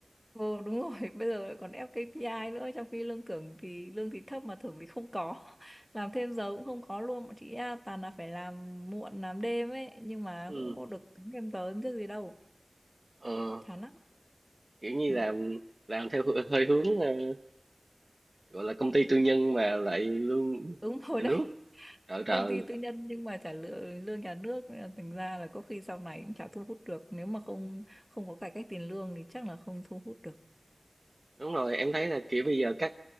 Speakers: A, in the centre; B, on the right.
A: Ồ đúng rồi, <laughs> bây giờ lại còn ép KPI nữa trong khi lương thưởng thì lương thì thấp mà thưởng thì không có. <laughs> Làm thêm giờ cũng không có luôn, bọn chị à, toàn là phải làm muộn làm đêm ấy, nhưng mà
B: ừ.
A: cũng có được tính thêm giờ chứ gì đâu.
B: ờ,
A: Chán lắm.
B: kiểu như
A: Ừ.
B: làm làm theo hư- hơi hướng ờ, gọi là công ty tư nhân mà lại lương
A: Đúng rồi
B: nhà
A: đấy.
B: nước
A: <laughs>
B: trợ
A: Công
B: trời
A: ty tư nhân nhưng mà trả lương lương nhà nước nên là thành ra là có khi sau này cũng chả thu hút được, nếu mà không không có cải cách tiền lương thì chắc là không thu hút được.
B: đúng rồi em thấy là kiểu bây giờ cắt